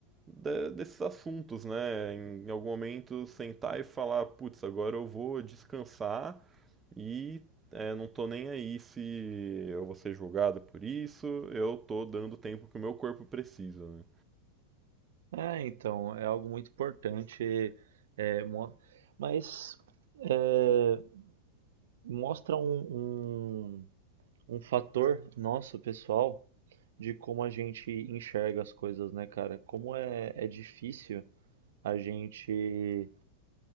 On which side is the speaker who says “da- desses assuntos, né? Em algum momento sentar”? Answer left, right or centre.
Right